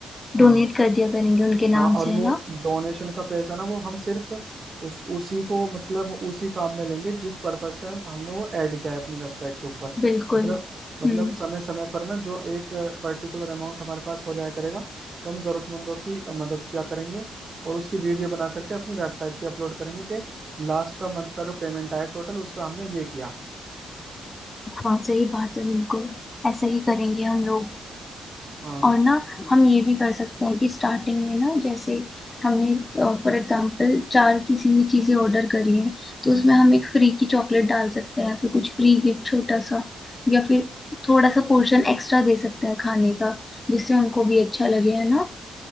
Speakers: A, on the left (about 30°); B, on the right (about 40°).
A: डोनेट
B: हाँ
A: कर दिया करेंगे उनके
B: हाँ
A: नाम
B: और
A: से है
B: वो
A: ना
B: डोनेशन का पैसा ना वो हम सिर्फ उस उसी को मतलब उसी काम में लेंगे जिस पर्पज से हम, हमने वो ऐड किया है अपनी वेबसाइट के ऊपर
A: बिल्कुल
B: मतलब मतलब
A: हम्म
B: समय समय पर ना जो एक पर्टिकुलर अमाउंट हमारे पास हो जाया करेगा तो हम जरूरतमंदों की मदद किया करेंगे और उसकी वीडियो बना करके अपनी वेबसाइट पे अपलोड करेंगे कि लास्ट का मंथ का जो पेमेंट आया टोटल उसका हमने ये किया
A: हाँ सही बात है बिल्कुल ऐसा ही करेंगे हम लोग
B: हाँ
A: और ना हम ये भी कर सकते हैं कि स्टार्टिंग में ना जैसे हमने फॉर एग्जांपल चार किसी भी चीजें ऑर्डर करी हैं तो उसमें हम एक फ्री की चॉकलेट डाल सकते हैं फिर कुछ फ्री गिफ्ट छोटा सा या फिर थोड़ा सा पोर्शन एक्स्ट्रा दे सकते हैं खाने का जिससे उनको भी अच्छा लगे है ना